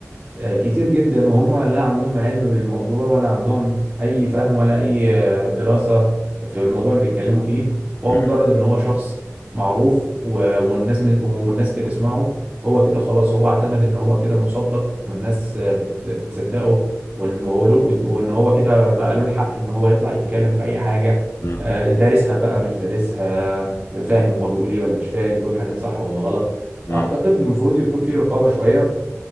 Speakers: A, on the right; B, on the left.
A: آه، كتير جدا وهم لا عندهم علم بالموضوع ولا عندهم اي فهم ولا اي آه، دراسة في الموضوع اللي بيتكلموا فيه هو
B: مم.
A: مجرد ان هو شخص معروف و- والناس والناس بتسمعه هو كده خلاص هو اعتمد ان هو كده مصدق والناس آه، بت- بتصدقه وان هو له وان هو كده بقى له الحق ان هو يطلع يتكلم في اي حاجة
B: مم.
A: آه، دارسها بقى مش دارسها فاهم هو بيقول ايه ولا مش فاهم بيقول حاجات صح ولا غلط
B: مم.
A: اعتقد المفروض يكون في رقابة شوية